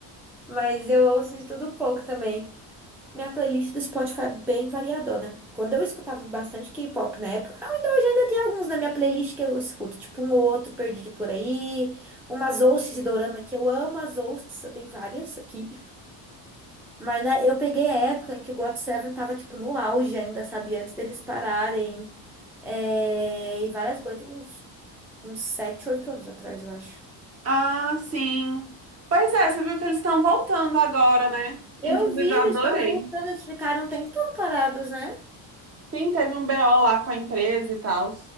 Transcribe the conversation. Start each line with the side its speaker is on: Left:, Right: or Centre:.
Centre: Mas eu ouço de tudo um pouco também. Minha playlist do Spotify é bem variadona. Quando eu escutava bastante K-pop na época, ainda hoje ainda tem alguns na minha playlist que eu escuto, tipo um ou outro perdido por aí, umas ousts de dorama que eu amo as ousts, eu tenho várias aqui. Mas né, eu peguei a época em que o GOT7 tava tipo no auge ainda, sabe? Antes deles pararem. É, E várias bandas, tipo, uns, uns 7, 8 anos atrás, eu acho.
Right: Ah, sim. Pois é, você viu que eles estão voltando agora, né? Inclusive,
Centre: Eu vi, eles
Right: eu adorei.
Centre: estão voltando, eles ficaram um tempão parados, né?
Right: Sim, teve um BO lá com a empresa e tal.